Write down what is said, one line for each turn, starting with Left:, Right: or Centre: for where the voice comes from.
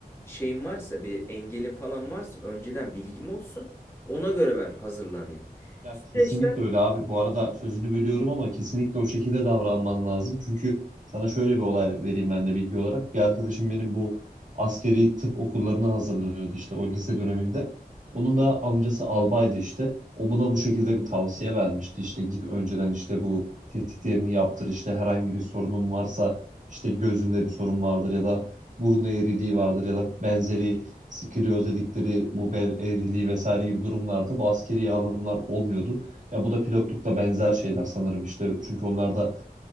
Left: şeyim varsa bir engelin falan varsa önceden bilgim olsun. Ona göre ben hazırlanayım.
Right: Ya
Left: Süreçte
Right: kesinlikle öyle abi. Bu arada sözünü bölüyorum ama kesinlikle o şekilde davranman lazım. Çünkü sana şöyle bir olay vereyim ben de bilgi olarak. Bir arkadaşım benim bu askeri tıp okullarına hazırlanıyordu işte o lise döneminde. Onun da amcası albaydı işte. O buna bu şekilde bir tavsiye vermişti. İşte git önceden işte bu tetkiklerini yaptır. İşte herhangi bir sorunun varsa işte gözünde bir sorun vardır ya da burun eğriliği vardır ya da benzeri sikiliyoz dedikleri bu bel eğriliği vesaire gibi durumlarda bu askeri alımlar olmuyordu. Ya bu da pilotlukla benzer şeyler sanırım işte çünkü onlarda